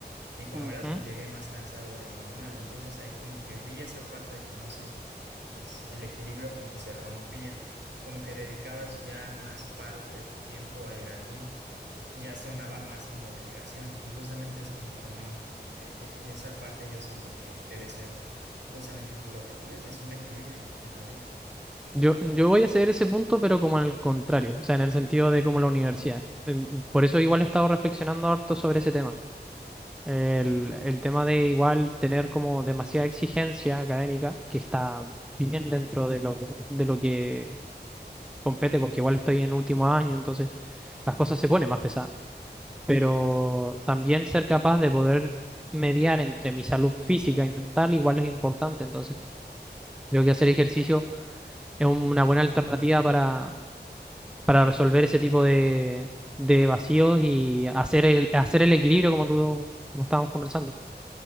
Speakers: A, on the right; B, in the centre.
A: Y como
B: Ujú.
A: verás, pues llegué más cansado de lo normal. Entonces ahí como que vi esa parte de que no sé, pues el equilibrio como que se rompía, como que dedicabas ya más parte de tu tiempo a ir al gym y ya sonaba más como obligación y justamente es como que lo no, eh, eh, esa parte yo siento que debe ser justamente con lo que tú dices, un equilibrio en la vida.
B: Yo, yo voy a ceder ese punto, pero como en el contrario, o sea, en el sentido de como la universidad. Em, Por eso igual he estado reflexionando harto sobre ese tema. El, el tema de igual tener como demasiada exigencia académica, que está bien dentro de lo, de lo que compete, porque igual estoy en último año, entonces las cosas se ponen más pesadas. Pero también ser capaz de poder mediar entre mi salud física y mental igual es importante, entonces creo que hacer ejercicio es una buena alternativa para, para resolver ese tipo de, de vacíos y hacer el, hacer el equilibrio como tú, como estábamos conversando.